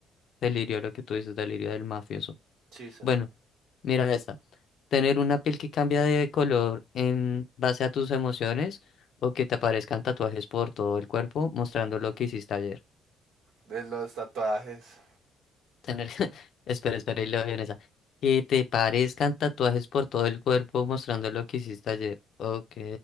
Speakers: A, on the left (about 60°); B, on the right (about 75°).
A: delirio lo que tú dices, delirio del mafioso.
B: chisa.
A: Bueno, mira esta. Tener una piel que cambia de color en base a tus emociones o que te aparezcan tatuajes por todo el cuerpo mostrando lo que hiciste ayer.
B: De los tatuajes.
A: Tener, <laughs> espera, espera, y leo bien esa. Que te parezcan tatuajes por todo el cuerpo mostrando lo que hiciste ayer. Ok.